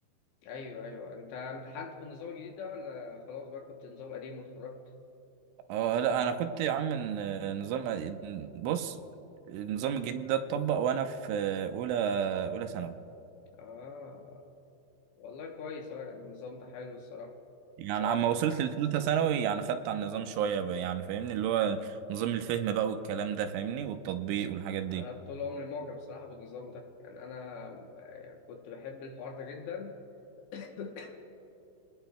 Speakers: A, on the left; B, on the right.
A: ايوه ايوه انت امتحنت في النظام الجديد ده ولا خلاص بقى كنت نظام قديم واتخرجت
B: اه لا انا كنت يا عم ن- نظام آه، بص النظام الجديد ده اتطبق وانا في اولى اولى ثانوي
A: اه والله كويس اه يعني النظام ده حلو الصراحه
B: يعني
A: ف
B: عما وصلت لثالثة ثانوي يعني خدت على النظام شوية بقى يعني فاهمني اللي هو نظام الفهم بقى والكلام ده فاهمني والتطبيق والحاجات دي
A: انا طول عمري معجب بصراحه بالنظام ده يعني انا آه، كنت بحب الحوار ده جدا <coughs>